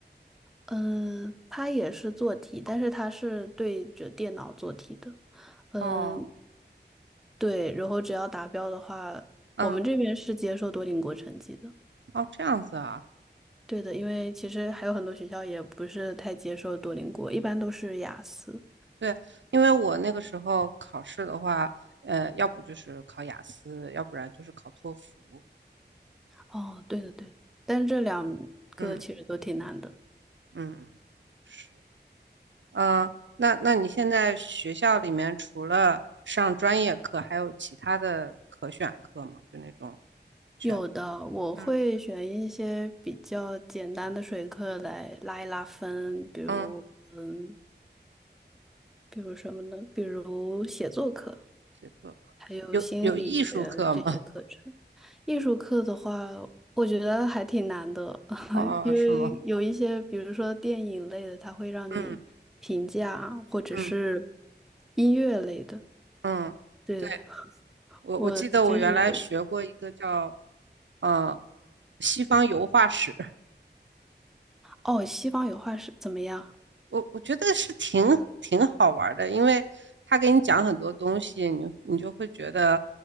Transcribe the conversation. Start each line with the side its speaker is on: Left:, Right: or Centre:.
Centre: 嗯，他也是做题，但是他是对着电脑做题的。嗯，
Right: 哦，
Centre: 对，然后只要达标的话，
Right: 嗯，
Centre: 我们这边是接受多邻国成绩的。
Right: 哦，这样子啊，
Centre: 对的，因为其实还有很多学校也不是太接受多邻国，一般都是雅思。
Right: 对，因为我那个时候考试的话，呃，要不就是考雅思，要不然就是考托福。
Centre: 哦，对的对的，但是这两个其实都挺难的。
Right: 嗯嗯，是，嗯，那那你现在学校里面除了上专业课，还有其他的可选课吗？就那种选，
Centre: 有的，我会选一些比较简单的水课来拉一拉分，
Right: 嗯
Centre: 比如，
Right: 嗯。
Centre: 嗯，比如什么呢？比如写作课，
Right: 写作课有有艺术课吗？
Centre: 还有心理学这些课程。艺术课的话，我觉得还挺难的，<laughs>
Right: 哦，
Centre: 因为有一些，
Right: 是吗？
Centre: 比如说电影类的，它会让你评价，
Right: 嗯
Centre: 或者是
Right: 嗯
Centre: 音乐类的。
Right: 嗯，
Centre: 对的，
Right: 对，我我记得我原来学过一个叫
Centre: 我其实，
Right: 呃西方油画史，
Centre: 哦，西方有画是怎么样？
Right: 我我觉得是挺挺好玩的，因为他给你讲很多东西，你你就会觉得，